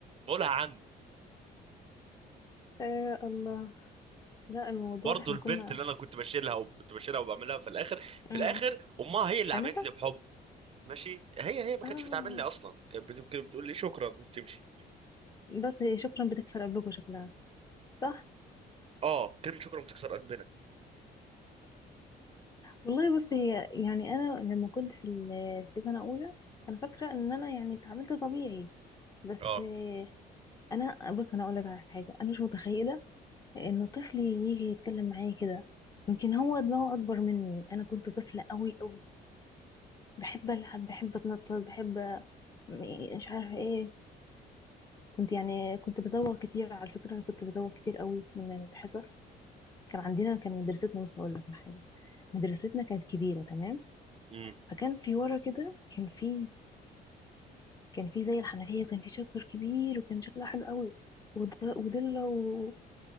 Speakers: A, on the right; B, on the left.
A: بقولها عن
B: آه الله لا الموضوع
A: برضه
B: احنا
A: البنت
B: كنا
A: اللي انا كنت بشيلها وكنت بشيلها وبعملها في الاخر في
B: امم
A: الاخر امها هي اللي
B: خانتك
A: عملت لي بحب ماشي هي هي ما
B: اه
A: كانتش بتعاملني اصلا كانت بت- كانت بتقول لي شكرا وبتمشي
B: بس هي شكرا بتكسر قبلكوا شكلها صح
A: اه كلمه شكرا بتكسر قلبنا
B: والله بص هي يعني انا لما كنت في ال- في سنه اولى انا فاكره ان انا يعني اتعاملت طبيعي بس
A: اه
B: آه، انا بص انا اقول لك على حاجه انا مش متخيله انه طفلي يجي يتكلم معايا كده يمكن هو دماغه اكبر مني انا كنت طفلة قوي قوي بحب العب بحب اتنطط بحب م- مش عارفة ايه كنت يعني كنت بزوغ كتير على فكرة انا كنت بزوغ كتير قوي من الحصص كان عندنا كان مدرستنا بص اقول لك على حاجة مدرستنا كانت كبيرة تمام
A: امم
B: فكان في ورا كده كان في كان في زي الحنفية وكان في شجر كبير وكان شكلها حلو قوي وض- وضلة و...